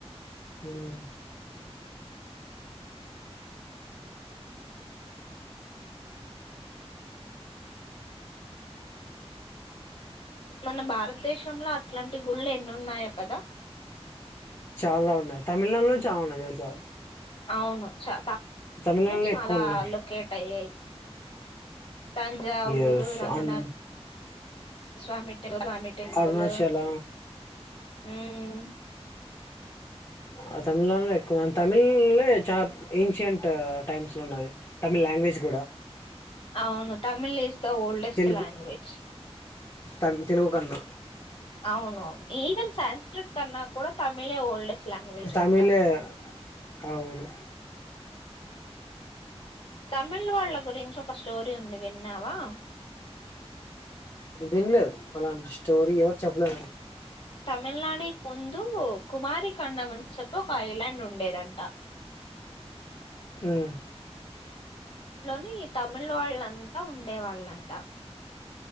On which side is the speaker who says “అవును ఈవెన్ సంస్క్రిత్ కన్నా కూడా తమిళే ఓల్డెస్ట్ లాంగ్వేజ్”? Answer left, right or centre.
Left